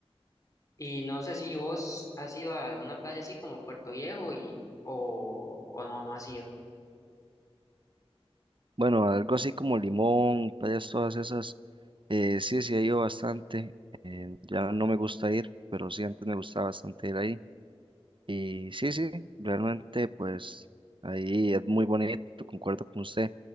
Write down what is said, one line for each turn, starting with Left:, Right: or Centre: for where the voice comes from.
Left: Y no sé si vos has ido a alguna playa así como Puerto Viejo y o, o no, no has ido.
Right: Bueno, algo así como Limón, playas todas esas. eh, sí, sí he ido bastante. eh, ya no me gusta ir, pero sí antes me gustaba bastante ir ahí. Y sí, sí, realmente pues ahí es muy bonito, concuerdo con usted.